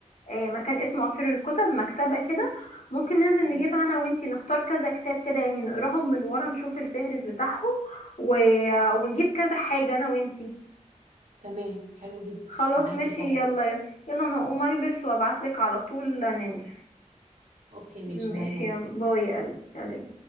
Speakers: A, on the left; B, on the right.
A: آه، مكان اسمه عصير الكتب مكتبة كده ممكن ننزل
B: مم.
A: نجيبها انا وانتي نختار كذا كتاب كده يعني نقراهم من ورا نشوف الفهرس بتاعهم و... ونجيب كذا حاجة انا وانتي
B: تمام حلو جدا
A: خلاص
B: معاكي
A: ماشي
B: طب
A: يلا يلا يلا انا هقوم البس وابعتلك على طول ننزل
B: اوكي ماشي
A: ماشي
B: نايمة أهو.
A: يا باي يا قلبي سلام